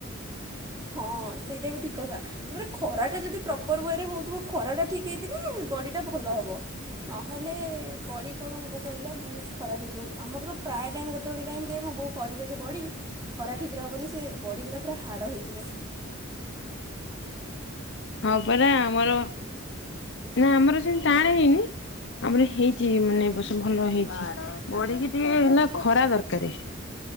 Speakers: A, on the right; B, on the left.
A: ହଁ ସେଇଟା ବି ଠିକ୍ କଥା। ତାପରେ ଖରା ଟା ଯଦି ପ୍ରପର ୱେରେ ହଉଥିବ ଖରା ଟା ଠିକ୍ ହେଇଥିଲେ ବଡ଼ି ଟା ଭଲ ହବ। ନହେଲେ ବଡ଼ି କଣ ହବ କହିଲ ବହୁତ ଖରାପ ହେଇଯିବ ଆମର ତ ପ୍ରାୟ ଟାଇମ୍ ଗୋଟେ ଗୋଟେ ଟାଇମ୍ ରେ ମୁଁ ବୋଉ କରିବ ଯେ ବଡ଼ି ଖରା ଠିକେ ହେବନି ସେ ବଡ଼ିଗୁଡ଼ା ପୁରା ହାଡ଼ ହେଇଯିବ।
B: ହଁ ପରା ଆମର ନା ଆମର ସେମିତି ଟାଣ ହେଇନି ଆମର ହେଇଛି ମାନେ ବର୍ଷ ଭଲ ହେଇଛି ବଡ଼ିକି ଟିକେ ଏଇନା ଖରା ଦରକାରେ।